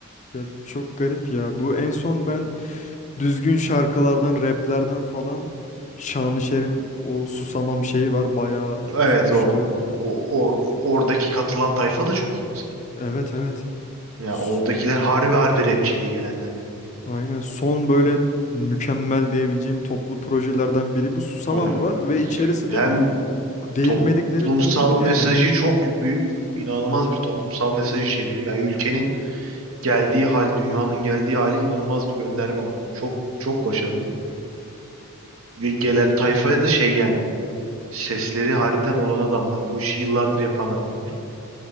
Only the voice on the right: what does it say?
Evet
o o, o, o- oradaki katılan tayfa da çok iyi mesela.
Ya
oradakiler harbi harbi rapçiydi gelenler yani.
Aynen.
Hem
toplumsal
mesajı
çok büyük, inanılmaz bir toplumsal mesaj içeriyor. Yani ülkenin geldiği hal, dünyanın geldiği hale inanılmaz bir gönderme var. Çok çok başarılı. Ve gelen tayfaya da şey yani. Sesleri harbiden olan adamlar. Bu işi yıllardır yapan adamlar.